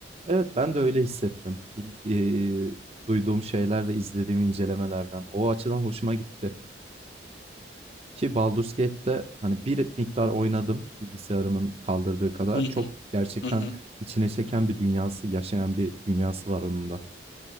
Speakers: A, on the right; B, on the left.
A: Evet, ben de öyle hissettim. İn- eee, duyduğum şeyler ve izlediğim incelemelerden. O açıdan hoşuma gitti. Ki Baldur's Gate'te hani bir miktar oynadım bilgisayarımın kaldırdığı kadar.
B: Hı hı
A: Çok gerçekten
B: hı hı.
A: içine çeken bir dünyası, yaşayan bir dünyası var onun da.